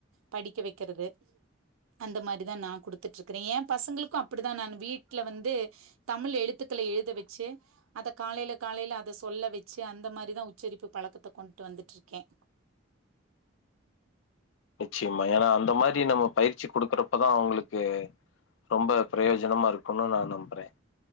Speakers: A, on the right; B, on the left.
A: படிக்க வைக்கிறது அந்த மாரிதான் நான் கொடுத்துட்டு இருக்கிறேன் என் பசங்களுக்கும் அப்படிதான் நான் வீட்ல வந்து தமிழ் எழுத்துக்களை எழுத வச்சு அத காலையில காலையில அத சொல்ல வச்சு அந்த மாரிதான் உச்சரிப்பு பழக்கத்தை கொண்ட்டு வந்துட்டு இருக்கேன்
B: நிச்சயமா ஏன்னா அந்த மாதிரி நம்ம பயிற்சி குடுக்குறப்பதான் அவங்களுக்கு ரொம்ப பிரயோஜனமா இருக்குன்னு நான் நம்புறேன்